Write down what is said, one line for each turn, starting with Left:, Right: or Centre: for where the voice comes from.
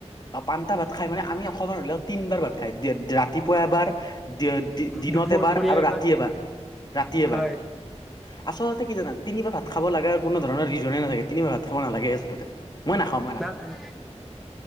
Left: অ' পান্তা ভাত খাই মানে আমি অসমৰ হ'লেও তিনবাৰ ভাত খায়। দিয়ে, ৰাত ৰাতিপুৱা এবাৰ, দিয়ে-দি-দিনত
Centre: দুপৰীয়া
Left: এবাৰ আৰু
Centre: একবাৰ
Left: ৰাতি এবাৰ, ৰাতি এবাৰ।
Centre: হয়
Left: আচলতে কি জানা তিনিবাৰ ভাত খাব লগা কোনো ধৰণৰ ৰিজনে নাথাকে। তিনিবাৰ ভাত খাব নালাগে আচলতে। মই নাখাওঁ মই নাখাওঁ
Centre: নাই,